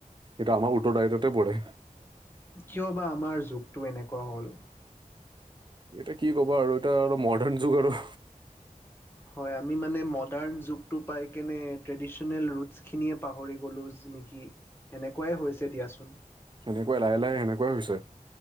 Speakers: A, on the right; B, on the left.
A: এইটো আমাৰ ওঠৰ তাৰিখতে পৰে।
B: কিয় বা আমাৰ যুগটো এনেকুৱা হ'ল।
A: এতিয়া কি ক'বা আৰু এটা আৰু মৰ্ডান ন যুগ আৰু।
B: হয় আমি মানে মৰ্ডান যুগটো পাই কেনে ট্ৰেডিচনেল ৰুদছ খিনিয়ে পাহৰি গ'লোঁ নেকি, হেনেকুৱাই হৈছে দিয়াচোন।
A: হেনেকুৱাই, লাহে লাহে সেনেকুৱাই হৈছে।